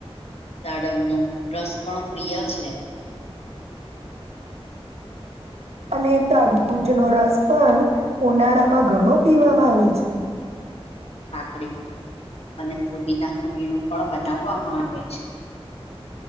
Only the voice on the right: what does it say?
અને તરબૂજનો રસ પણ ઉનાળામાં ઘણો પીવામાં આવે છે.